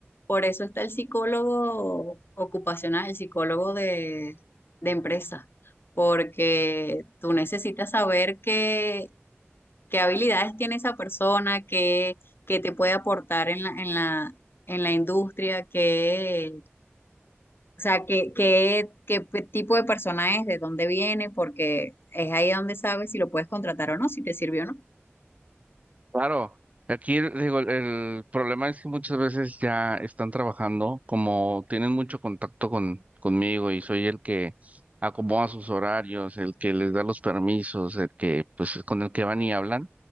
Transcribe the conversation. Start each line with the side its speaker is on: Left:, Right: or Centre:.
Left: por eso está el psicólogo ocupacional, el psicólogo de, de empresa, porque tú necesitas saber qué, qué habilidades tiene esa persona, qué, qué te puede aportar en la, en la, en la industria, qué O sea, ¿qué, qué, qué pe- tipo de persona es, de dónde viene, porque es ahí donde sabes si lo puedes contratar o no, si te sirvió o no.
Right: Claro, aquí el- digo, el, el problema es que muchas veces ya están trabajando, como tienen mucho contacto con, conmigo y soy el que acomoda sus horarios, el que les da los permisos, el que pues con el que van y hablan.